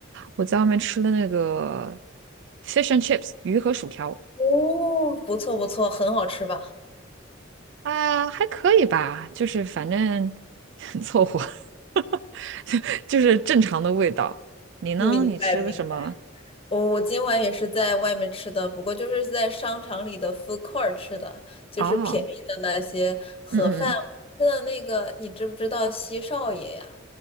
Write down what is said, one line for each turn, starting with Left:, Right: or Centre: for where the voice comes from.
Right: 我在外面吃了那个 fish and chips 鱼和薯条
Left: 哦，不错不错，很好吃吧？
Right: 啊，还可以吧，就是反正 <laughs> 凑合，<laughs> 就就是正常的味道。你呢？
Left: 明白明白。
Right: 你吃了什么？
Left: 我我今晚也是在外面吃的，不过就是在商场里的 food court 吃的，就是便宜的那些盒饭。
Right: 哦，嗯嗯嗯，
Left: 吃的那个，你知不知道西少爷呀？